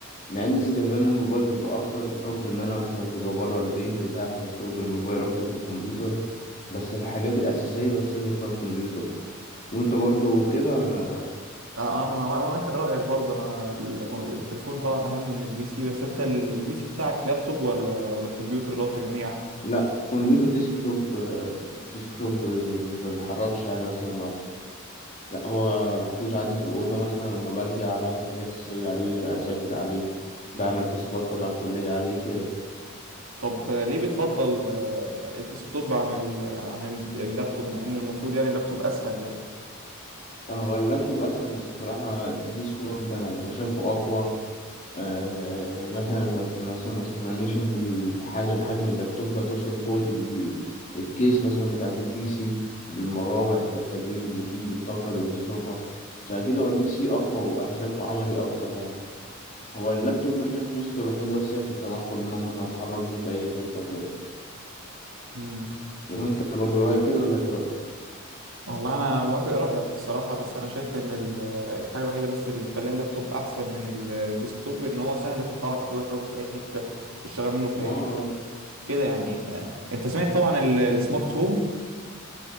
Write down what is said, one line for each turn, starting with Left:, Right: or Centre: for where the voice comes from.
Left: مع ان استخدام الموبايل بيبقى اكتر بحكم ان انا مثلا ببقى بره البيت بتاعي فبستخدم الموبايل اكتر من الكمبيوتر بس في الحاجات الأساسية بستخدم فيها الكمبيوتر وانت
Right: انت-
Left: برضو كده ولا
Right: آه، انا مع- موافق رايك برضه انا ال- التليفون طبعا اهم من البي سي بس انت ال- البي سي بتاعك لابتوب ولا ولا كمبيوتر اللي هو تجميع
Left: لا كمبيوتر ديسكتوب آه، ديسكتوب آه، مش ما بيتحركش يعني مثلا لا هو محطوط عندي في الأوضة مثلا لما برجع بعمل حاجة أساسية عليه أذاكر عليه بعمل تاسكات تبع الكلية عليه كده
Right: طب آه، ليه بتفضل آه، الديسكتوب عن ال عن ال- اللابتوب مع ان المفروض يعني اللابتوب اسهل
Left: آه، هو اللابتوب أسهل بس بصراحة أنا الديسكتوب أنا بشايفه أقوى آه مثلا أصل مثلا ما تقنعنيش إن الحاجة بحجم اللابتوب هتوصل لقوة ال- الكيس مثلا بتاعة البي سي بالمراوح بالتبريد اللي فيه بالطاقة اللي بيصرفها فأكيد هو البي سي أقوى وأنا شايفه عملي أكتر يعني. هو اللابتوب انا شايف ميزته الوحيدة بس هي في التنقل إن أنا ممكن أتحرك بيه في أي حتة وكده
Right: يعني
Left: وأنت برضه رأيك كده ولا إيه رأيك؟
Right: والله انا موافق رايك الصراحه بس انا شايف ان ال- الحاجه الوحيده بس اللي مخليه اللابتوب احسن من الديسكتوب ان هو سهل في الحركه تقدر تاخده في اي حته تشتغل منه في
Left: ما
Right: اي حته كده يعني آه، انت سمعت طبعا ال- السمارت هوم